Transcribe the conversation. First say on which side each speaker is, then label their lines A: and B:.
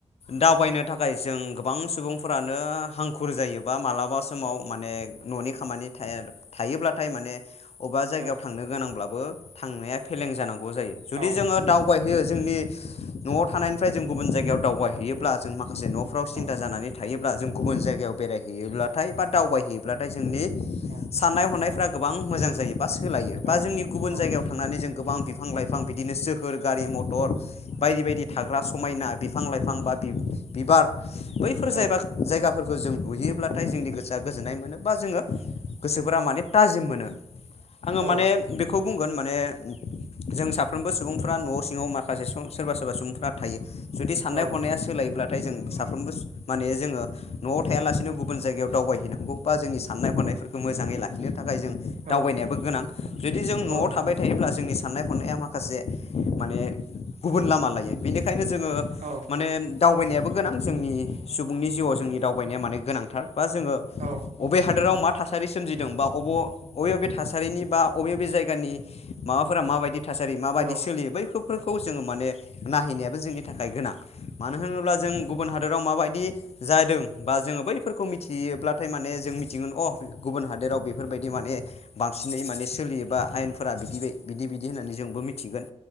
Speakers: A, on the left (about 55°); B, on the right (about 70°).
A: दावबायनो थाखाय जों गोबां सुबुंफोरानो हांखुर जायोबा मालाबा सम समाव
B: औ
A: माने न'नि खामानि थाया थायोब्लाथाय माने अबेबा जायगायाव
B: औ
A: गोनांब्लाबो थांनाया फेलें जानांगौ जायो जुदि
B: औ
A: जोङो दाव दावबायहैयो जोंनि न'आव थानायनिफ्राय जों गुबुन जायगायाव दावबाय हैैयोब्ला जों माखासे न'फ्राव सिन्था
B: औ
A: जानानै थायोब्ला जों गुबुन जायगायाव बेरायहैयोब्लाथाय बा दावबायहै ब्लाथाय जोंनि
B: औ
A: साननाय हनायफ्रा गोबां मोजां जायो बा सोलायो बा
B: औ
A: जोंनि गुबुन
B: औ
A: जायगायाव थांनानै जों गोबां बिफां लाइफां बिदिनो सोहोर गारि मथर बायदि बायदि थाग्रा समायना बिफां लाइफां बा बि-बिबार बैफोर
B: औ
A: जायबा जायगाफोरखौ जों नुयोब्लाथाय जोंनि गोसोआ गोजोननाय मोनो बा जोङो गोसोफोरा माने थाजिम मोनो। आङो
B: औ
A: माने बेखौ बुंगोन माने जों साफ्रोमबो सुबुंफ्रा न' सिङाव माखासे सोरबा सोरबा सुबुंफ्रा थायो जुदि साननाय
B: औ
A: हनाया सोलायोब्लाथाय जों साफ्रोमबो माने जोङो न'आव थायालासिनो गुबुन जायगायाव दावबायहैनांगौ बा जोंनि साननाय हनाय फोरखौ मोजाङै लाखिनो थाखाय जों दावबायनायाबो
B: औ
A: गोनां जुदि जों न'आव
B: औ
A: थाबाय थायोब्ला जोंनि साननाय हनाया माखासे माने गुबुन लामा लायो बेनिखायनो जोङो
B: औ
A: माने दावबायनायाबो गोनां जोंनि सुबुंनि जिउआव जोंनि दावबायनाया माने गोनांथार बा जोङो
B: औ।
A: अबे हादोराव मा थासारि सोमजिदों बा अब अबे अबे थासारिनि बा अबे अबे जायगानि माबाफोरा माबायदि थासारि माबायदि
B: औ
A: सोलियो बैखौ बेफोरखौ जोंङो माने नायहैनायाबो जोंनि थाखाय गोनां मानो होनोब्ला जों गुबुन हादोराव माबायदि जादों बा जों बैफोरखो मिथियोब्ला नाथाय माने जों मिथिगोन अ गुबुन हादोराव बेफोरबायदि माने बांसिनै माने सोलियो एबा आयेन फोरा बिदि बिदि बिदि होननानै जोंबो मिथिगोन